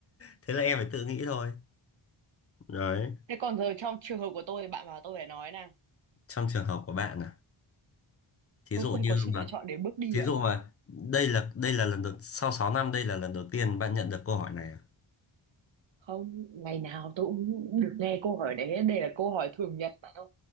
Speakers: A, on the left (about 30°); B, on the right (about 65°).
A: thế là em phải tự nghĩ thôi đấy
B: thế còn giờ trong trường hợp của tôi thì bạn bảo tôi phải nói nè,
A: trong trường hợp của bạn à thí
B: tôi
A: dụ
B: không
A: như
B: có sự lựa
A: mà
B: chọn để bước đi
A: thí
B: bạn
A: dụ
B: ạ.
A: mà đây là đây là lần đầu sau sáu năm đây là lần đầu tiên bạn nhận được câu hỏi này à?
B: không ngày nào tôi cũng được nghe câu hỏi đấy đây là câu hỏi thường nhật bạn ạ